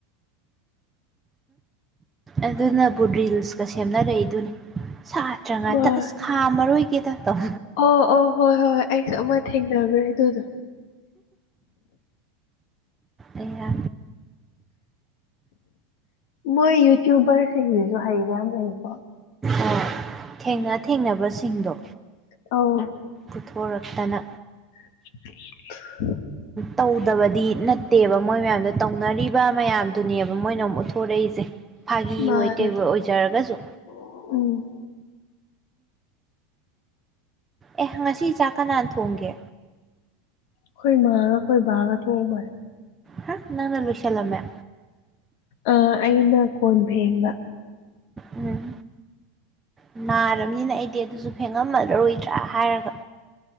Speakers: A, on the right; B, on the left.
A: ꯑꯗꯨꯅꯕꯨ ꯔꯤꯜꯁꯀ ꯁꯦꯝꯅꯔꯛꯏꯗꯨꯅꯤ ꯁꯥꯠ ꯅꯠꯇ꯭ꯔ ꯉꯇ
B: ꯍꯣꯏ
A: ꯑꯁ ꯈꯥ ꯃꯔꯣꯏꯒꯦꯗ ꯇꯧ
B: ꯑꯣ ꯑꯣ ꯍꯣꯏ ꯍꯣꯏ ꯍꯣꯏ ꯑꯩꯁꯨ ꯑꯃ ꯊꯦꯡꯅꯈ꯭ꯔꯦ ꯑꯗꯨꯗꯣ
A: ꯑꯩ ꯌꯥ
B: ꯃꯣꯏ ꯌꯨꯇꯨꯕꯔꯁꯤꯡꯁꯤꯁꯨ ꯍꯩꯕꯌꯥꯝ ꯂꯩꯀꯣ
A: ꯑꯣ ꯊꯦꯡꯅ ꯊꯦꯡꯅꯕꯁꯤꯡꯗꯣ
B: ꯑꯣ
A: ꯄꯨꯊꯣꯔꯛꯇꯅ
B: <unintelligible>
A: ꯇꯧꯗꯕꯗꯤ ꯅꯠꯇꯦꯕ ꯃꯣꯏ ꯃꯌꯥꯝꯗꯣ ꯇꯧꯅꯔꯤꯕ ꯃꯌꯥꯝꯗꯨꯅꯦꯕ ꯃꯣꯏꯅ ꯑꯃꯨꯛ ꯎꯠꯊꯣꯔꯛꯏꯁꯦ ꯁꯦ ꯐꯥꯒꯤ
B: ꯃꯥꯅꯦ
A: ꯍ ꯀꯩ ꯑꯣꯏꯖꯔꯒꯁꯨ
B: ꯎꯝ
A: ꯑꯦ ꯉꯁꯤ ꯆꯥꯛ ꯀꯅꯥ ꯊꯣꯡꯒꯦ
B: ꯑꯩꯈꯣꯏ ꯃꯥꯥꯡꯉꯒ ꯑꯩꯈꯣꯏ ꯕꯥꯔꯒ ꯊꯣꯛꯣꯡꯑ ꯃꯥꯜꯂꯦ
A: ꯍꯥ ꯅꯪꯅ ꯂꯣꯏꯁꯤꯂꯝꯃꯦ
B: ꯑ ꯑꯩꯅ ꯀꯣꯟ ꯐꯦꯡꯕ
A: ꯎꯝ ꯎ ꯅꯥꯔꯕꯅꯤꯅ ꯑꯩꯗꯤ ꯑꯗꯨꯁꯨ ꯐꯦꯡꯉꯝꯃꯂꯔꯣꯏꯗ꯭ꯔꯥ ꯍꯥꯏꯔꯒ